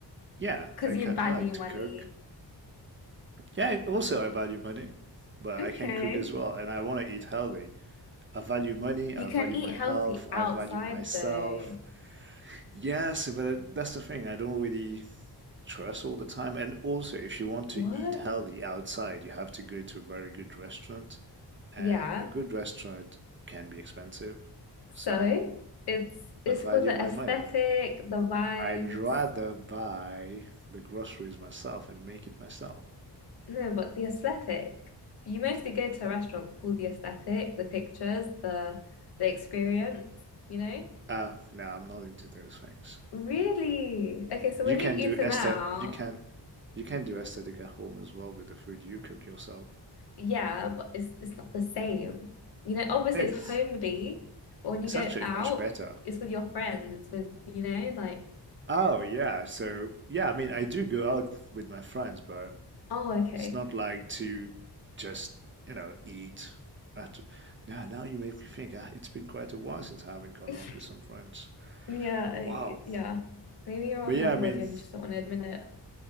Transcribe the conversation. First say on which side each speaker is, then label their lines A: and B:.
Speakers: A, on the right (about 30°); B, on the left (about 65°).
A: yeah,
B: because
A: I can,
B: you value
A: I like to
B: money?
A: cook. Yeah, also I value money, but
B: Okay.
A: I can cook as well, and I want to eat healthy. I value money,
B: You
A: I
B: can
A: value
B: eat
A: my
B: healthy
A: health, I
B: outside
A: value myself.
B: though.
A: Yes, but it- that's the thing. I don't really trust all the time. And also, if you want to
B: What?
A: eat healthy outside, you have to go to a very good restaurant. and
B: Yeah.
A: a good restaurant can be expensive.
B: So
A: So
B: it's it's
A: I value
B: for the
A: my
B: aesthetic,
A: money.
B: the vibes.
A: I'd rather buy the groceries myself and make it myself.
B: No, but the aesthetic. You mostly go to a restaurant for the aesthetic, the pictures, the the experience, you know?
A: Uh, no, I'm not into those things.
B: Really? Okay, so
A: You
B: when
A: can
B: you've eaten
A: do aesthet
B: out,
A: you can you can do aesthetic at home as well with the food you cook yourself.
B: yeah, but it's it's not the same. You know, obviously
A: It's
B: it's homely, but when
A: it's
B: you go
A: actually
B: out,
A: much better.
B: it's with your friends, it's with, you know, like,
A: Oh yeah, so yeah, I mean I do go out with my friends, but
B: oh, okay.
A: It's not like to just, you know, eat. At, now, now you make me think. Ah, it's been quite a while since I haven't gone
B: <laughs>
A: out with some friends.
B: Yeah, I-
A: Wow.
B: yeah. Maybe you're
A: But
B: a
A: yeah,
B: homebody
A: I mean,
B: and you just don't want to admit it.